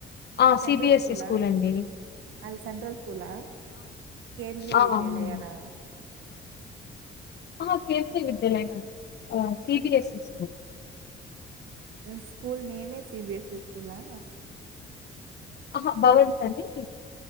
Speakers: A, on the left; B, on the right.
A: ఆ
B: సెంట్రల్
A: సిబిఎస్ఈ
B: స్కూలా
A: స్కూల్ అండి
B: అది సెంట్రల్ స్కూలా కేంద్రీయ
A: ఆ!
B: విద్యాలయనా
A: అవునండి. ఆ కేంద్రీయ విద్యాలయమండి సిబిఎస్ఈ స్కూల్
B: స్కూల్ నేమే సిబిఎస్ఈ స్కూలా
A: అహా భవన్స్
B: ఓకే
A: అని